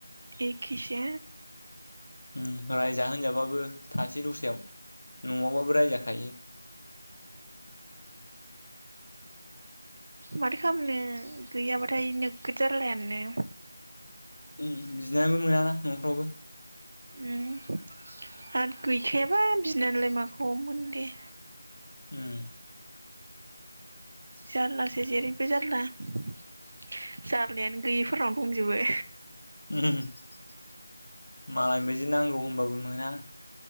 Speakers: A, on the right; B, on the left.
A: एखेसो
B: उम रायजा होनजाबाबो था‌ जि दस्रायाव न'आवबाबो रायजाखायो
A: माथो खालामनो गैयाबाथाय नोगोद जारालायानो
B: उम बिनानैबो मोनाना न'फ्रावबो।
A: उम आरो गैखायाबा बिनानलाइ माखौ मोन दे।
B: उम।
A: जारलासो जेरैबो जारला। जारलायानो गैयिफोरनाव दंजोबो।
B: उमहुहु मालायनि बादि नांगौ होनबाबो मोना।